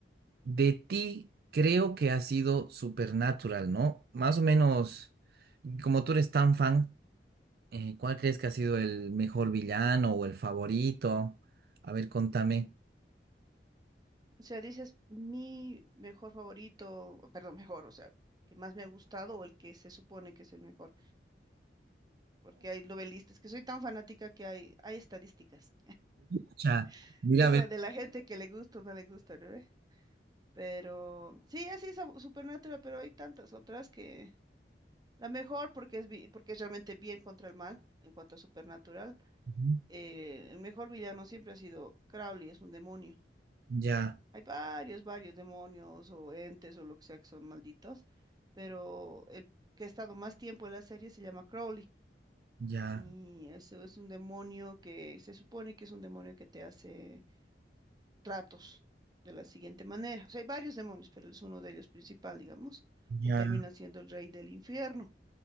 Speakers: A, on the right (about 55°); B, on the right (about 25°).
A: De ti creo que ha sido Supernatural, ¿no? Más o menos, como tú eres tan fan, eh, ¿cuál crees que ha sido el mejor villano o el favorito? A ver, contame.
B: O sea, dices mi mejor favorito, perdón, <laughs> mejor, o sea, que más me ha gustado o el que se supone que es el mejor, porque hay novelistas, que soy tan fanática que hay, hay estadísticas,
A: Ucha,
B: <laughs>
A: mira,
B: o
A: a
B: sea,
A: ver.
B: de la gente que le gusta o no le gusta, ¿no? ve? Pero sí, así es a- Supernatural, pero hay tantas otras que la mejor porque es, bi- porque es realmente bien contra el mal en cuanto a Supernatural.
A: Ujú.
B: eh, el mejor villano siempre ha sido Crowley, es un demonio.
A: Ya,
B: Hay varios, varios demonios o entes o lo que sea que son malditos, pero el que ha estado más tiempo en la serie se llama Crowley
A: ya,
B: y eso es un demonio que se supone que es un demonio que te hace tratos de la siguiente manera. O sea, hay varios demonios, pero él es uno de ellos principal, digamos,
A: ya,
B: que termina siendo el rey del infierno.